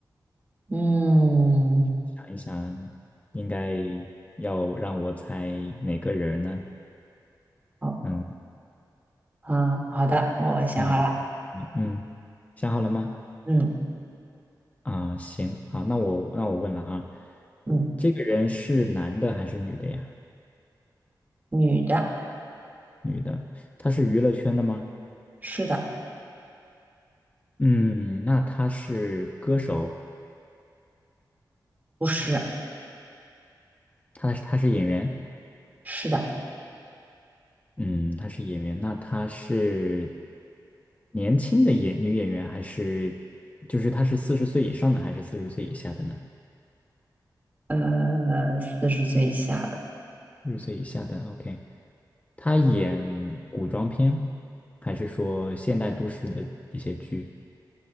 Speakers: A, on the right; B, on the left.
A: 嗯，
B: 想一想，应该要让我猜哪个人呢？
A: 好，
B: 嗯
A: 嗯，好的，我想好了。
B: 嗯嗯，想好了吗？
A: 嗯
B: 啊，行，好，那我那我问了哈，
A: 嗯，
B: 这个人是男的还是女的呀？
A: 女的，
B: 女的，她是娱乐圈的吗？
A: 是的，
B: 嗯，那她是歌手，
A: 不是，
B: 他她是演员，
A: 是的，
B: 嗯，她是演员，那她是年轻的演女演员还是就是她是四十岁以上的还是四十岁以下的呢？
A: 呃，四十岁以下的。
B: 六岁以下的，OK，他演古装片，还是说现代都市的一些剧？